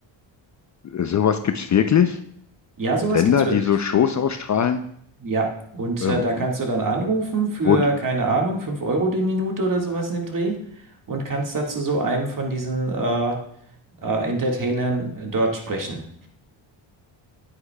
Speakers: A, on the left; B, on the right.
A: Sowas gibt's wirklich?
B: Ja, sowas
A: Sender,
B: gibt's wirklich.
A: die so Shows ausstrahlen,
B: Ja, und
A: äh,
B: äh, da kannst du dann anrufen für,
A: wo die,
B: keine Ahnung, 5 Euro die Minute oder sowas in dem Dreh und kannst dazu so einem von diesen äh, äh, Entertainern äh, dort sprechen.